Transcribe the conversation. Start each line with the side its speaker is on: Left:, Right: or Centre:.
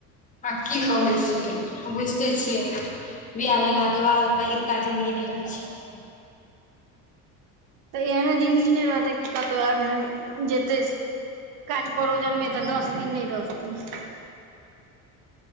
Left: ह की कहे छै बुझिते छियै बिआाह भेला के बाद पहि का जीनगि नै रहै छैय।
Right: तऽ एहनो जिन्दगी नहि रहतै कि कतहु आदमी जेतै काज परोजनमे तऽ दस दिन नहि रहतय।